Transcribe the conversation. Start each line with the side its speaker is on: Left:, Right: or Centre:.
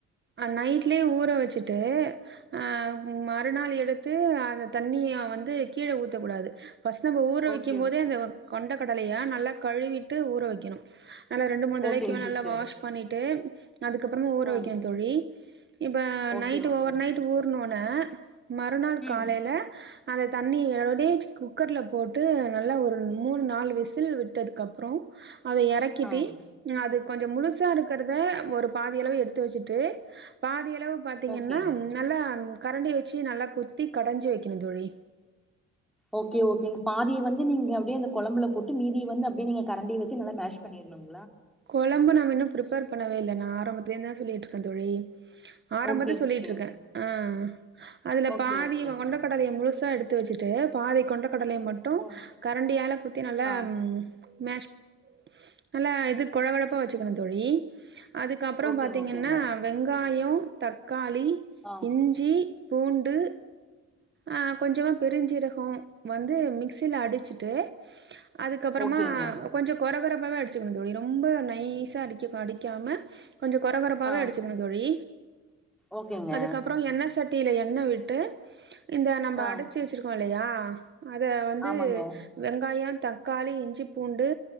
Right: அது நைட்லே ஊற வச்சுட்டு ஆ மறுநாள் எடுத் து அந்த தண்ணிய வந்து கீழ ஊத் த கூடாது ஃபர்ஸ்ட் நம்ம ஊற
Centre: ஓகே
Right: வைக்கும் போதே அந்த கொண்ட கடலைய நல்லா கழுவிட்டு ஊற வைக்கணு நல்லா ரெண்டு மூணு தடவைக்கு
Centre: ஓகேங்க
Right: மேல
Centre: சிஸ்டர்
Right: நல்லா வாஷ் பண்ணிட்டு அதுக்கப்பறமா ஊற
Centre: ஆ
Right: வக்கனும் தோழி இப்ப
Centre: ஓகே
Right: நைட்
Centre: ஓகேங்க
Right: ஓவர் நைட் ஊறனும் ன மறுநாள்
Centre: ம்
Right: காலேல அந்த தண்ணி ஏலோ வேஜ் குக்கர்ல போட்டு நல்லா ஒரு மூணு நாலு விசில் விட்டதுக்கப்றோ அத இறக்கிட்டு
Centre: ஆ
Right: நா அது கொஞ்சோ முழுசா இருக்கறத ஒரு பாதியளவு எடுத்து வச்சுட்டு பாதிய அளவு பாத்தீங்கன்னா
Centre: ஓகேங்க
Right: நல்லா கரண்டி வச்சு நல்லா குத்தி கடஞ்சு வைக்கணும் தோழி
Centre: ஓகே ஓகேங்க பாதிய வந்து நீங்க அப்டியே அந்த கொழம்புல போட்டு மீதிய வந்து அப்டியே நீங்க கரண்டிய வச்சு நல்லா மேஷ் பண்ணிருவீங்
Right: கொழம்பு நாம்ம இன்னும் பிறிப் பர் பண்ணவே இல்ல நா ஆரம்பத்துலே இருந்துதான் சொல்லிட்டு இருக்கேன் தோழி ஆரம்பதே
Centre: ஓகே
Right: சொல்லிட்டு
Centre: ஓகே
Right: இருக்கேன் ஆஹ் அதுல
Centre: ஓகே
Right: பாதி
Centre: ஓகேங்க
Right: கொண்ட கடலய முழுசா எடுத் து வச்சுட்டு பாதி கொண்ட கடலய மட்டும்
Centre: ஓ
Right: கரண்டியால குத்தி நல்லா
Centre: ஆ
Right: மேஷ் நல்லா இது கொழ கொழப்பா வச்சுக்கணும் தோழி அதுக்கப்புறம்
Centre: ஓகே
Right: பாத்திங்கன்னா
Centre: ஓகேங்க
Right: வெங்காயோ தக் காளி
Centre: ஆ
Right: இஞ்சி பூண்டு ஆ கொஞ்சமா பெருஞ்சீரகோ வந்து மிக்சில அடிச்சுட்டு அதுக்கப்புறமா
Centre: ஓகேங்க
Right: கொஞ்ச கொர கொரப்பாவே அடுச்சுங்க தோழி நோ ரொம்ப நைஸா அடிக்க அடிக்காம கொஞ்சம் கொர கொரப்பாவே
Centre: ஆ
Right: அடுச்சுக்கணும் தோழி
Centre: ஓகேங்க
Right: அதுக்கப்புறம் எண்ண சட்டில எண்ண விட்டு இந்த நம்ம
Centre: ஆ
Right: அடுச்சு வச்சிருக்கோம் இல்லையா அத வந்து
Centre: ஆமாங்க
Right: வெங்காயம் தக்காளி இஞ்சி பூண்டு